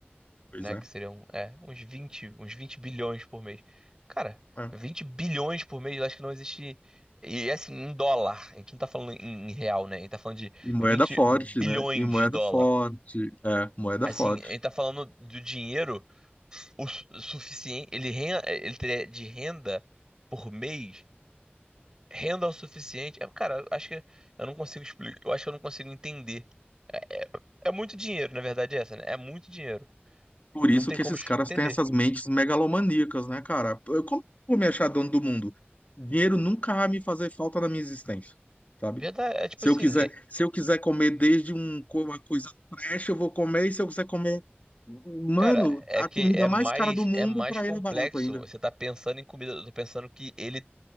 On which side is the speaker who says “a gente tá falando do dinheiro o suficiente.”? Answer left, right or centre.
Right